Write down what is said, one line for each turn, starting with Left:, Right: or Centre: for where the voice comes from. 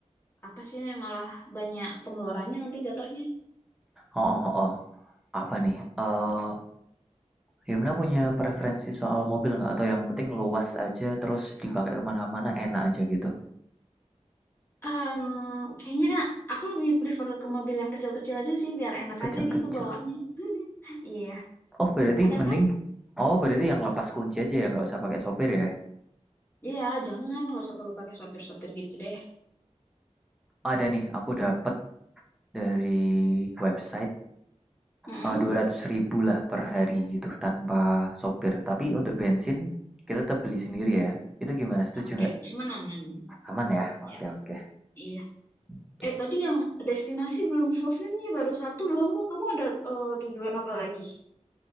Left: apa sih? Malah banyak pengeluarannya nanti jatuhnya.
Centre: Oh, oh, oh. oh. Apa nih? Eh, Gimana punya preferensi soal mobil nggak? Atau yang penting luas aja terus dipakai kemana-mana enak aja gitu.
Left: Em, kayaknya aku lebih prefer ke mobil yang kecil-kecil aja sih, biar enak
Centre: Kecil-kecil.
Left: aja gitu bawanya. <laughs> Iya,
Centre: Oh berarti
Left: ada
Centre: mending,
Left: kan?
Centre: oh berarti yang lepas kunci aja ya nggak usah pakai sopir ya.
Left: Iya, jangan nggak usah perlu pakai sopir-sopir gitu deh.
Centre: Ada nih, aku dapat dari website
Left: Mm-mm.
Centre: uh, dua ratus ribu lah per hari gitu tanpa sopir. Tapi untuk bensin kita tetap beli sendiri ya. Itu gimana? Setuju
Left: Oke,
Centre: nggak?
Left: aman aman.
Centre: Aman ya? Oke
Left: Ya,
Centre: oke
Left: iya.
Centre: oke.
Left: Eh, tadi yang destinasi belum selesai nih, baru satu Bromo. Kamu ada eh, tujuan apa lagi?